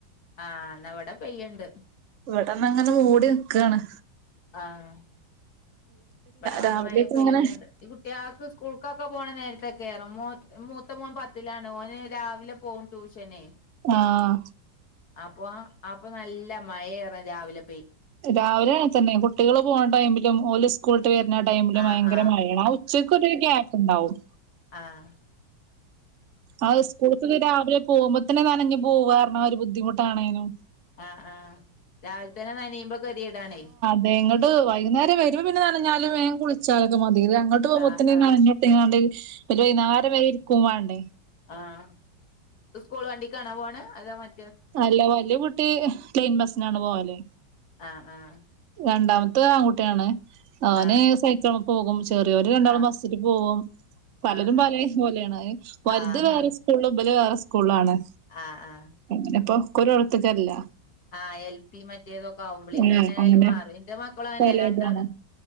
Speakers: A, on the left (about 50°); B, on the right (about 60°).
A: ആഹ് എന്നാ ഇവിടെ പെയ്യ്ണ്ട്
B: ഇവിടന്ന് അങ്ങനെ മൂടി നക്ക്കാണ്
A: ആഹ് ഇവിടെ
B: രാവിലെയൊക്കെ
A: മയ പെയ്യുണ്ട്
B: ഇങ്ങനെ
A: ഈ കുട്ടികൾക്ക് സ്കൂൾക്കൊക്കെ പോകണ നേരത്തെ കയറ മൂ മൂത്ത മൂന്ന് പത്ത് ണ് ഓന് രാവിലെ പോകും ട്യൂഷന
B: ആഹ
A: അപ്പൊ അപ്പൊ നല്ല മഴയേറ രാവിലെ പോയി
B: രാവിലെ ആണ തന്നെ കുട്ടികള് പോകേണ്ട ടൈംമിലും ഓല സ്കൂളട്ട് വരുന്ന ടൈമില്
A: ആഹ്
B: ഭയങ്കര
A: ആഹ്
B: മഴയാണ് ഉച്ചക്ക് ഒരു ഗ്യാപ്പ ഉണ്ടാവും
A: ആഹ
B: ആ സ്കൂള രാവിലെ പോകുമ്പോത്തന്നെ നാന പോവാരണ ഒരു ബുദ്ധിമുട്ടാണേനും.
A: ആ് ആഹ് രാവിലെ തന്നെ നനിയുമ്പോ കെറിടണേ
B: അതെഞങ്ങട്ട വൈകുന്നേരം വരുവോ പിന്നെ നനഞ്ഞാലും വേം കുളിച്ചാലൊക്കെ മതി ഞ പൂകൊമ്പോത്തിന്
A: ആഹ് ആഹ്
B: നനഞൊട്ടിക്കണ്ടു ഒരു വൈകേര വേര് ഇരിക്ക പോ വണ്ടേ
A: ആഹ സ്കൂൾ വണ്ടി ആണോ പോണ അതാ മറ്റ
B: അല്ല വല്യ കൂട്ടി ലൈൻ ബസിനാണ് പോവാലെ
A: ആഹ ആഹ
B: രണ്ടാമത്തെ ആൺകുട്ടിയാണ് അവന്
A: ആഹ്
B: സൈക്കള പോകും ചെറിയവര് രണ്ടാളും
A: ആഹ്
B: ബസ്സിൽ പോകും പലരും
A: ആഹ്
B: പല
A: ആഹ്
B: പോലെയാണ് വലുത്
A: ആഹാ
B: വേറെ <unintelligible> ബൽ വേറെ സ്കൂളിൽ ആണോ
A: ആഹ് ആഹ്
B: അങ്ങനെ ഒക്കെ, ഒക്കെ ഓരോട് ത്തക്കല്ല
A: ആഹ്, എൽ പി മറ്റേതൊക്കെ ആവു മ്പളെയ്,
B: ഏഹ്
A: എങ്ങനായാലും
B: അങ്ങനെ
A: മാറും എന്റെ മക്കള അങ്ങനെ
B: പലേതാണ്
A: രണ്ട്,